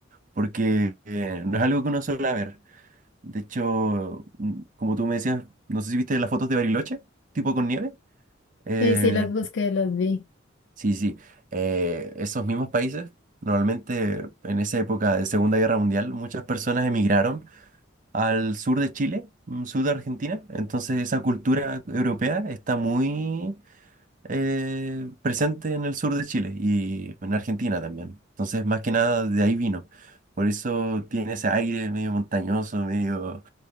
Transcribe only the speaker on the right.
porque eh, no es algo que uno suele ver. De hecho, mm, como tú me decías, no sé si viste las fotos de Bariloche, tipo con nieve. Eh,
sí, sí. Eh, esos mismos países, normalmente en esa época de Segunda Guerra Mundial, muchas personas emigraron al sur de Chile, mm, sur de Argentina. Entonces esa cultura europea está muy eh, presente en el sur de Chile y en Argentina también. Entonces, más que nada de ahí vino. Por eso tiene ese aire medio montañoso, medio